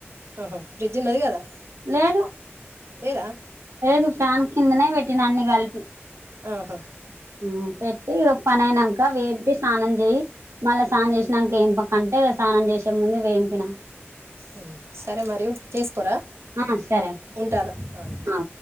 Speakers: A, on the right; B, on the right.
A: ఆహ ఫ్రిజ్ ఉన్నది కదా
B: లేదు
A: లేదా
B: లేదు ఫ్యాన్ కిందనే పెట్టిన అన్ని కలిపి
A: ఆహా
B: ఊ పెట్టి పనయినాక వేంపి స్నానం చేయి మళ్ళా స్నానం చేసినాక వేంప కంటే స్నానం చేసే ముందు వేంపిన
A: ఉహు సరే మరియు చేస్ ప్పురా
B: ఆ సరే
A: ఉంటాన అ
B: అక్క ఆ